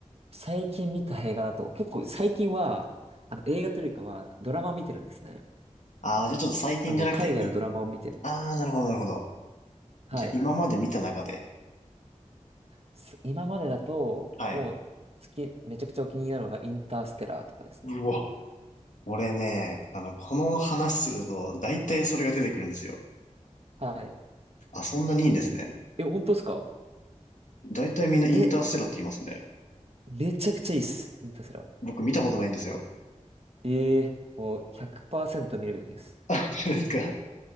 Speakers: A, on the right; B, on the left.
A: 最近見た映画だと、結構最近は、あの、映画というよりかは、ドラマを見てるんですね。
B: あー、じゃあちょっと最近じゃなくて、
A: あの、海外のドラマを見てる。
B: い、あー、なるほど、なるほど。
A: はい。
B: じゃあ今まで見た中で、
A: す今までだと、
B: はい。
A: もう、好き、めちゃくちゃお気に入りなのが、インターステラーとかですね。
B: うわ、俺ね、あの、この話すると、大体それが出てくるんですよ。
A: はい。
B: あ、そんなにいいんですね。
A: え、本当ですか
B: 大体みんなインターステラーって言いますね。
A: え、めちゃくちゃいいっす。インターステラー。
B: 僕見たことないんですよ。
A: ええもう、100%見るべきです。
B: <laughs> あ、本当ですか